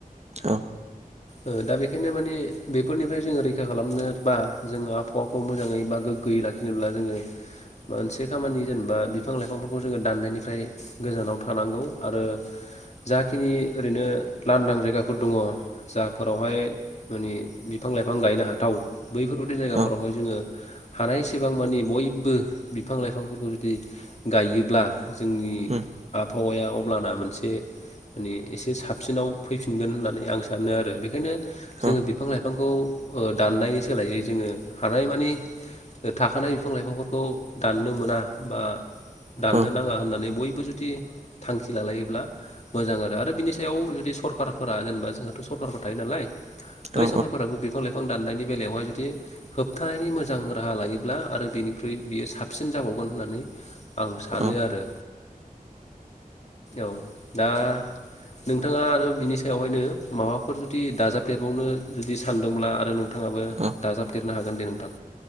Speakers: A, on the right; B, on the left.
A: औ।
B: ओ दा बेखायनो माने बेफोरनिफ्राय जोङो रैखा खालामनो बा जोङो आबहावाखौ मोजाङै बा गोग्गोयै लाखिनोब्ला जोङो मोनसे खामानि जेनेबा बिफां लाइफांफोरखौ जोङो दाननायनिफ्राय गोजानाव थानांगौ आरो जाखिनि ओरैनो लांदां जायगाफोर दङ जाफोरावहाय माने बिफां लाइफां गायनो हाथाव। बैफोरबायदि जायगाफोरावहाय
A: औ
B: जोङो हानायसेबां मानि बयबो बिफां लाइफांफोरखौ जुदि गायोब्ला जोंनि
A: उम
B: आब हौवाया अब्लाना मोनसे माने एसे साबसिनाव फैफिनगोन होननानै आं सानो आरो। बेखायनो जोङो
A: औ
B: बिफां लाइफांखौ ओ दाननाय सोलायै जोङो हानायमानि थाखानाय बिफां लाइफांफोरखौ दाननो मोना बा। दाननो
A: औ
B: नाङा होननानै बयबो खौ जुदि थांखि लालायोब्ला मोजां आरो आरो बिनि सायाव जुदि सरकारफोरा जेनेबा जोंहाथ' सरखारफोर थायो नालाय बै
A: औ
B: सरखारफोराबो बिफां लाइफां बिफां दाननायनि बेलायावहाय <unintelligible> दि होबथानायनि मोजां राहा लायोब्ला आरो बिनिख्रुइ बियो साबसिन जाबावगोन होननानै आं सानो
A: औ
B: आरो औ, दा नोंथाङा आरो बिनि सायावहायनो माबाफोर जुदि दाजाबदेरबावनो जुदि सानदोंब्ला आरो नों थाङाबो <unintelligible>
A: औ
B: देरनो हागोन दे नोंथां